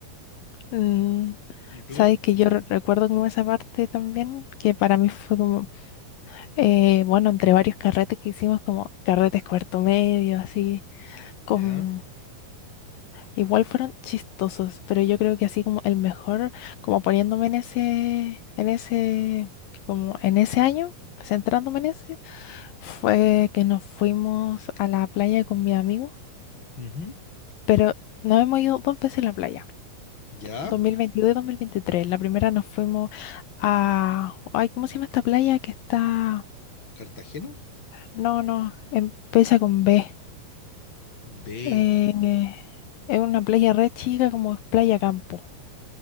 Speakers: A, on the left; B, on the left.
A: mm,
B: ¿Y tú?
A: sabes que yo re- recuerdo como esa parte también. Que para mí fue como. eh, bueno, entre varios carretes que hicimos, como carretes cuarto medio, así. Como.
B: Ya.
A: Igual fueron chistosos. Pero yo creo que así como el mejor. Como poniéndome en ese. En ese. Como en ese año. Centrándome en ese. Fue que nos fuimos a la playa con mi amigo
B: ujú,
A: Pero nos hemos ido dos veces a la playa,
B: Ya.
A: 2022 y 2023. La primera nos fuimos a... Ay, ¿cómo se llama esta playa que está...?
B: ¿Cartagena?
A: No, no, empieza con B.
B: B.
A: Eh, es una playa re chica como es Playa Campo.